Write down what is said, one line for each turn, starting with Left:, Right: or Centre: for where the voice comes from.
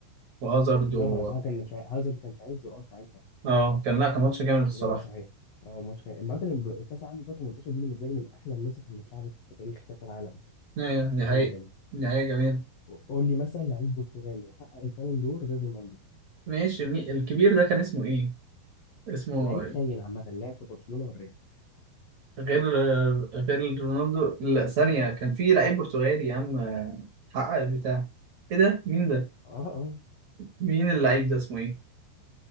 Right: وهازارد
Left: زها
Right: و...
Left: زها كان في ع- هازارد كان في عزه اه ساعتها
Right: اه كان لا كان ماتش جامد الصراحة
Left: إجابة صحيحة اه ماتش كان عامة الب- كأس العالم 2018 دي بالنسبة لي من أحلى النسخ اللي اتلعبت في تاريخ كأس العالم
Right: ايوه
Left: كانت
Right: دي
Left: حلوة
Right: حقيقة
Left: جدا
Right: دي حقيقة جميلة
Left: قول لي مثلا لعيب برتغالي حقق البالون دور غير رونالدو
Right: ماشي المي- الكبير ده كان اسمه ايه؟ اسمه
Left: لعيب خاين عامة لعب في برشلونة والريال
Right: غير غير رونالدو لا ثانية كان في لعيب برتغالي يا عم حقق البتاع ايه ده مين ده
Left: اه اه
Right: مين اللعيب ده اسمه ايه